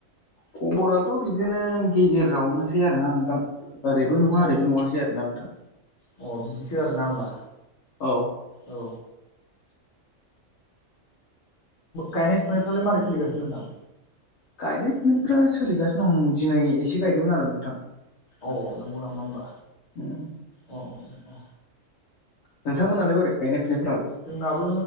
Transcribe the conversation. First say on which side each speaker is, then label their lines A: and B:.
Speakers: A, on the left; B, on the left.
A: खबराथ' बिदिनो गेजेरावनोसै आरोना नोंथां। ओरैबो नङा
B: अ
A: ओरैबो नङासै आरो ना नोंथां।
B: अ बिदिसो आरो ना होनोमबा।
A: औ
B: औ। गायनाय फुनायफ्रालाय मारै सोलिगासिनो नोंथां?
A: गायनाय फुनायफ्रा सोलिगासिनो दं, दिनै एसे गायदोंमोन आरो नोंथां।
B: अ नोंगौ नामा होमबा।
A: उम।
B: अ अ अ
A: नोंथांमोनहालाय बोरै गायनाय फुनाय?
B: जोंनाबो